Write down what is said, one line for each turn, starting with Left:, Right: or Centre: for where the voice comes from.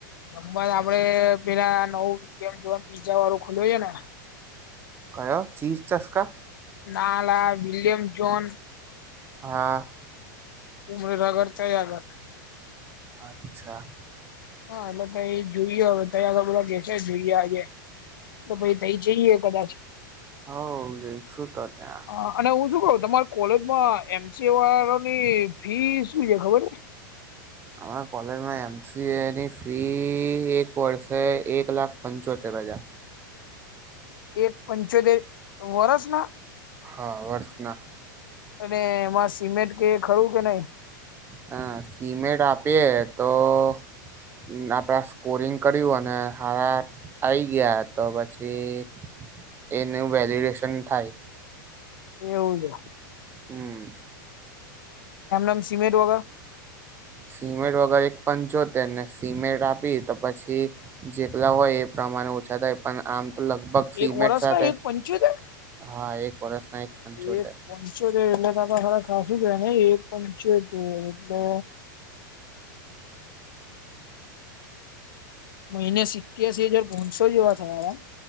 Left: રમવા આપડે પેલા નવુ ગેમ ઝોન પીઝા વાળું ખુલ્યું હે ને
Right: કયો ચીઝ ચસ્કા?
Left: ના અલા વિલિયમ જોન
Right: હા.
Left: થોડી ભગવત કરી આપવાની
Right: અચ્છા.
Left: હા એટલે ક એ જોઈએ હવે તધ કે છે જોઈએ આજે. તો ભાઈ તઈ જઈએ કદાચ
Right: હવ જઈશું તો ત્યાં
Left: હા. અને હું શું કરું તમારી કોલેજમાં એમસી વા ની ફી શું છે ખબર?
Right: અરા કોલેજમાં એમસી એની ફી એક વર્ષે એક લાખ- - પંચોતેર હજાર.
Left: એક પંચોતેર વર્ષ ના?
Right: હા વર્ષના
Left: અને એમાં સિમેન્ટ કે ખરું કે નહી?
Right: હા સિમેન્ટ આપીએે તો- - આપડા સ્કોરિંગ કર્યું અને હાર- - આવી ગયા તો પછી- - એનું વેલિડેશન થાય.
Left: એવું છે.
Right: હમ્મ.
Left: એમ સીમેન્ટ વગર-
Right: સિમેટ વગર એક પણ જોતેને સિમેટ આપી તો પછી- - જેટલા હોય એ પ્રમાણે ઓછા થાય. પણ આમ તો લગભગ સીમેટ
Left: એક વરસ
Right: સાથે
Left: ના એક પંચોતેર
Right: હા એક વર્ષના એક પંચોતેર-
Left: એક
Right: -
Left: પંચોતેર એલે ત તો ખ ખાસું છેયા ને એ પંચોતેર એટલે- - મહિને સિત્યાસી હજાર ભણસો જેવા થયા.